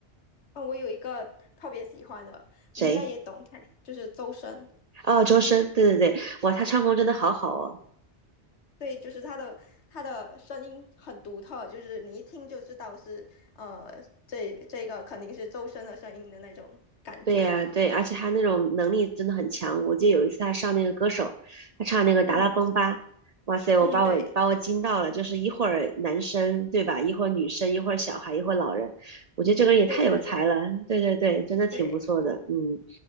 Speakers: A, on the left; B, on the right.
A: 哦，我有一个特别喜欢的，
B: 谁？
A: 你应该也懂，他就是周深。
B: 哦，周深，对对对，哇，他唱功真的好好哦。
A: 对，就是他的他的声音很独特，就是你一听就知道是呃，这这个肯定是周深的声音的那种感觉吧。
B: 对呀，对，而且他那种能力真的很强。我记得有一次他上那个歌手，他唱那个《达拉崩吧》，
A: 嗯
B: 哇塞，
A: 嗯，
B: 我把我把我惊到了，
A: 对
B: 就是一会儿男生对吧，一会儿女生，一会儿小孩，一会儿老人，我觉得这个人也太有才了。
A: 对对对
B: 对对对，真的挺不错的，
A: 对，
B: 嗯，